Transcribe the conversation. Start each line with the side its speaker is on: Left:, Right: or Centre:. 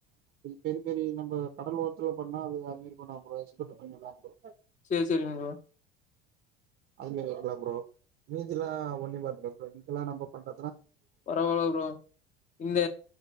Right: பெரி பெரி நம்ப கடல்ஓரத்துல பண்ணா அது அது மாறி ப்ரோ நம்ம எக்ஸ்போர்ட் பண்ணுல ப்ரோ
Left: செரி செரிங் ப்ரோ
Right: அதுமாறி இருக்குதா ப்ரோ மீதில்லா ஒன்னி <unintelligible> ப்ரோ இதுல்லா நம்ம பண்ற
Left: பரவால ப்ரோ இந்த